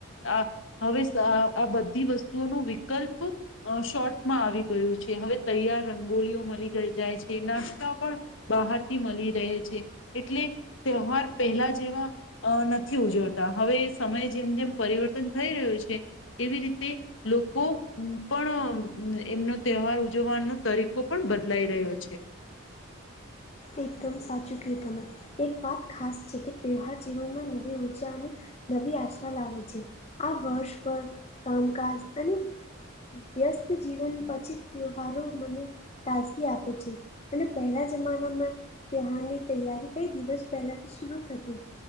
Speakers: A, on the left; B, on the left.
A: આ હવે આ બધી વસ્તુઓ નુ વિકલ્પ અ શોર્ટમાં આવી ગયું છે, હવે તૈયા રંગોળઓ મલી રઈ જાય છે, નાસ્તા પણ બહારથી મલી રહે છે, એટલે તયોહાર પહેલા જેવા અ નથી ઉજવતા હવે સમયે જેમ જેમ પરિવર્તન થઈ રહ્યું છે. એવી રીતે લોકો પણ એમનો તહેવાર ઉજવવાનો તરીકો પણ બદલાઈ રહ્યો છે.
B: એકદમ સાચું કહું તમે એક વાત ખાસ છે, કે તહેવાાર જીવનમાં નવી ઊર્જા અને નવી આશા લાવે છે, આ વર્ષ પર કામકાજ અને વ્યસ્ત જીવન પાછી ત્યહારો મને તાજગી આપે છે, અને પહેલા જમા <unintelligible> તહારની તૈયારી કઈ દિવસ પહેલાથી શુરુ થતી